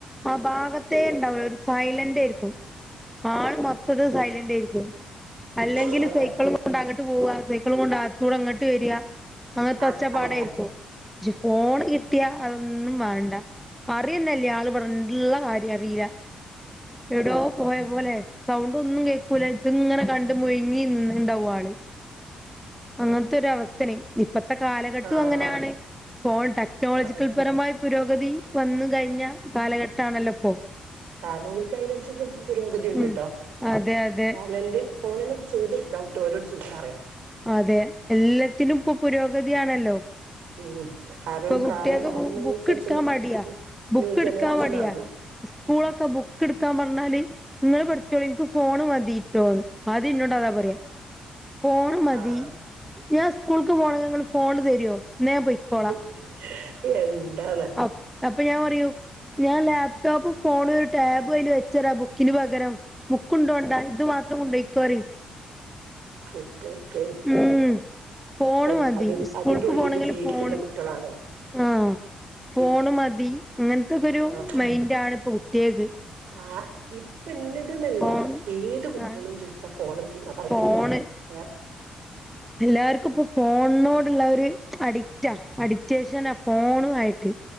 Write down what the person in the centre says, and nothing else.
ആ ഭാഗത്തേ ണ്ടാവൂല്ല സൈലന്റ് ആയിരിക്കും ആൾ മൊത്ത സൈലന്റായിരിക്കും അല്ലെങ്കിൽ
സൈക്കിളും കൊണ്ട് ണ്ട് അങ്ങട്ട് പോവാ സേക്കളും കൊണ്ടത്തൂടെ ഇങ്ങട്ട് വര അങ്ങൻത്തെ
ഒച്ച പാടായിരിക്കും
ക്ഷ് ഫോണ് കിട്ട്യ അതൊന്നും വാണ്ട അറ്യന്നല്ല ആള് ഇവിടെ ഇള്ള കാര്യം അറീല്ല എവിടോ പോയ പോലെ സൗണ്ടൊന്നും കേക്കൂല ഇത്ങ്ങനെ കണ്ട് മുഴ്ങ്ങി നിന്ന് ണ്ടാവും ആള് അങ്ങനത്തെരവസ്ഥണെ ഇപ്പത്തെ കാലഘട്ടും
അങ്ങനാണ് ഫോണ് ടെക്നോളജിക്കൽ
പരമായി പുരോഗതി വന്ന് കഴിഞ്ഞ കാലഘട്ടാണല്ലോപ്പോ
ഉം
അതെ അതെ
അതെ എല്ലത്തിലും ഇപ്പൊ പുരോഗതിയാണല്ലോ
ഇപ്പൊ കുട്ട്യേക്ക്
ബു ബുക്ക്ട്ക്കാൻ മട്യാ ബുക്ക്ട്ക്കാൻ
മടിയാ
സ്കൂളൊക്കെ ബുക്ക്ട്ക്കാൻ പറഞ്ഞാല് ഇങ്ങള് പഠിച്ചോളി ഇൻക്ക് ഫോണ് മതിട്ടോന്ന് ആദ്യ ഇന്നോടതാ പറയാ ഫോൺ ണ് മതി
ഞാൻ സ്കൂൾക്ക് പോണെങ്കിൽ ഇങ്ങള് ഫോണ് തരോ ഇന്നാ ഞാൻ പൊയ്ക്കോളാം
അ അപ്പൊ ഞാൻ പറയു ഞാൻ ലാപ്ടോപ്പും ഫോണ് ടേബും അയ്ല് വെച്ചരാ ബുക്കിന് പകരം ബുക്ക്ണ്ടോണ്ട ഇത് മാത്രം കൊണ്ടൊയ്ക്കോറിം
ഉം ഫോണ്
മതി
സ്കൂൾക്ക്
പോണെങ്കിൽ
ഫോണ്
ആഹ് ഫോണ് മതി ഇങ്ങൻത്തക്കൊരു
മൈൻഡാണ് ഇപ്പൊ കുട്ട്യേക്ക്
ഫോൺ
ആഹ്
ഫോണ്
എല്ലാർക്കും ഇപ്പൊ ഫോണ്നോട്ള്ള ഒരു അഡിക്റ്റ അഡിക്റ്റേഷനാ ഫോണു ആയിട്ട്